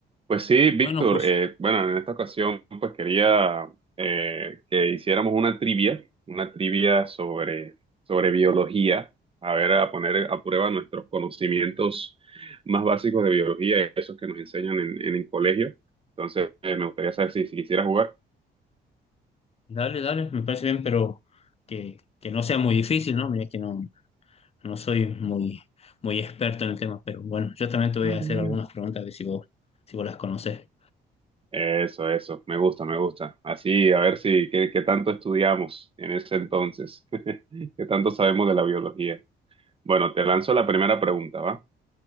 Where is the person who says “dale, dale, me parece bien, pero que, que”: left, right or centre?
Left